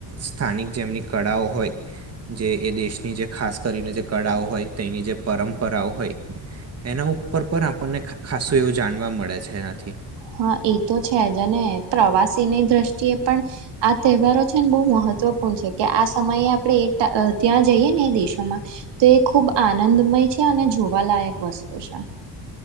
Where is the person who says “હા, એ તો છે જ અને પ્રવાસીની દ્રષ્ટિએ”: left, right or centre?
Right